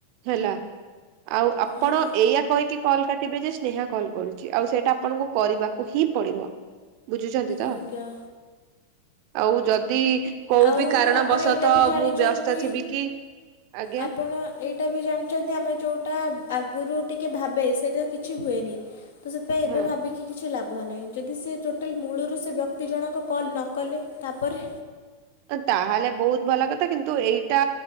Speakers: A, on the right (about 45°); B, on the left (about 60°).
A: ହେଲା ଆଉ ଆପଣ
B: ଆଜ୍ଞା
A: ଏଇଆ କହିି କି କଲ୍ କାଟିବେ ଯେ ସ୍ନେହା କଲ୍ କରୁଛି, ଆଉ ସେଇଟା ଆପଣଙ୍କୁ କରିବାକୁ ହିଁ ପଡିବ? ବୁଝୁଛନ୍ତି ତ
B: ଆଜ୍ଞା
A: ଆଉ, ଯଦି କୋଉ
B: ଆଉ
A: ବି କାରଣ
B: ଆପଣ
A: ବସତଃ
B: ଏଇଟା ବି ଜାଣିଛନ୍ତି
A: ମୁଁ ବ୍ୟସ୍ତ ଥିବି କି? ଆଜ୍ଞା
B: ଆପଣ ଏଇଟା ବି ଜାଣିଛନ୍ତି ଆମେ ଯୋଉଟା ଆ ଆଗୁରୁ ଟିକେ ଭାବେ ସେଇଟା କିଛି ହୁଏନି ତ ସେଥିପାଇଁ ଏବେ
A: ହଁ।
B: ଭାବିକି କିଛି ଲାଭ। ଲାଭ ନାହିଁ ଯଦି ସେ ଟୋଟାଲ ମୂଳରୁ ସେ ବ୍ୟକ୍ତି ଜଣକ କଲ୍ ନ କଲେ ତାପରେ
A: ତାହେଲେ ବହୁତ ଭଲ କଥା। କିନ୍ତୁ ଏଇଟା